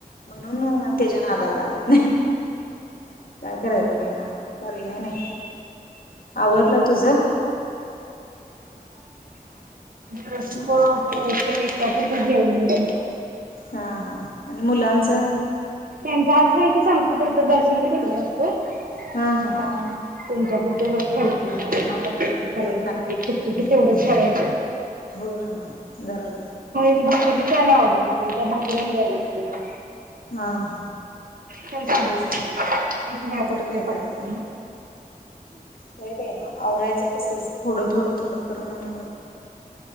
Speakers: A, on the left (about 70°); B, on the right (about 65°).
A: म्हणनून तेज च्या नादाला लागत नाही काय करायचं बाईना पर्याय नाही. आवरल तुझ
B: कसला आवडते ते त्या पुरतच जेवण घेऊन जा
A: हा हा आणि मुलांचं
B: त्याचं असं आहे की चालता फिरता दर्शन घे तिकडं होय
A: हा
B: म
A: हा
B: आता त्यांच्यापुरतं च करते करायचं
A: तर
B: हे तेवढाच करायचं
A: होय बाई ना जरा जरा
B: ते भाकरी च आणि आवरत बसतोय त्या भाकरी आणि द्याय लागत्या.
A: ह ह
B: काय सांगते
A: तेच म्हणलं
B: एक व्याप
A: तर
B: असते
A: काय
B: पाठीमागे
A: करायचं? वेळ कळना. आवरायचं तसच थोडं-थोडं-थोडं करून आणि मग